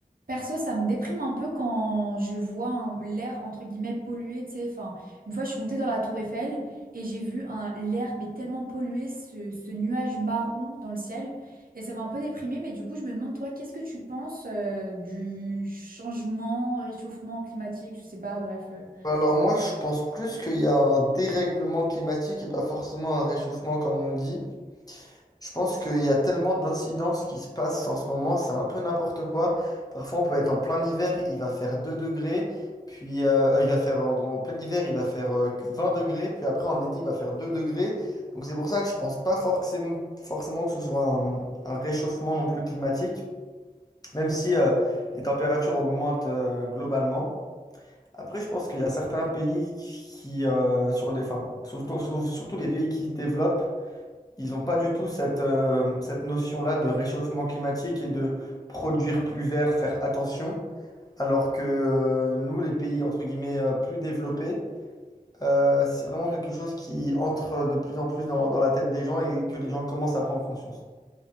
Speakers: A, on the right; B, on the left.
A: Perso, ça me déprime un peu quand je vois un- l'air entre guillemets pollué, tu sais. Enfin, une fois, je suis montée dans la tour Eiffel et j'ai vu un l'air mais tellement pollué, ce, ce nuage marron dans le ciel. Et ça m'a un peu déprimée, mais du coup, je me demande, toi, qu'est-ce que tu penses euh, du changement, réchauffement climatique, je sais pas, bref. euh.
B: Alors moi, je pense plus qu'il y a un dérèglement climatique et pas forcément un réchauffement comme on le dit. Je pense qu'il y a tellement d'incidences qui se passent en ce moment, c'est un peu n'importe quoi. Parfois, on peut être en plein hiver, il va faire 2 degrés, puis euh, euh, il va faire en, en plein hiver, il va faire euh, que 20 degrés, puis après en été, il va faire 2 degrés. Donc c'est pour ça que je pense pas forcément, forcément que ce soit un, un réchauffement non plus climatique, même si euh, les températures augmentent euh, globalement. Après, je pense qu'il y a certains pays qui, euh, sur les, enfin, surtout, sur- surtout les pays qui se développent, ils n'ont pas du tout cette, euh, cette notion-là de réchauffement climatique et de produire plus vert, faire attention. Alors que euh, nous, les pays, entre guillemets, euh, plus développés, euh, c'est vraiment quelque chose qui entre de plus en plus dans, dans la tête des gens et que les gens commencent à prendre conscience.